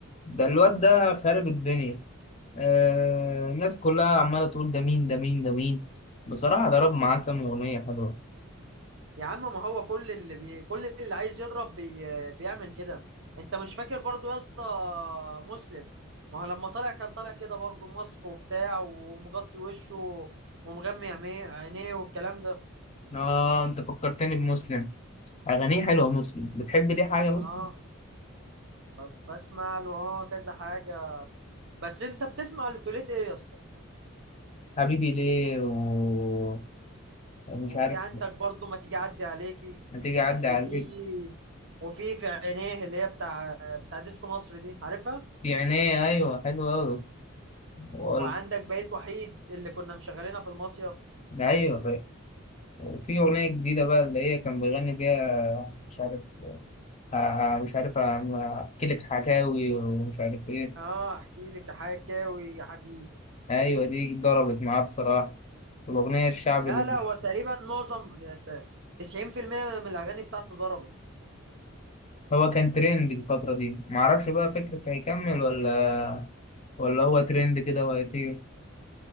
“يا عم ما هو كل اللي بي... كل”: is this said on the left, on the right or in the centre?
Right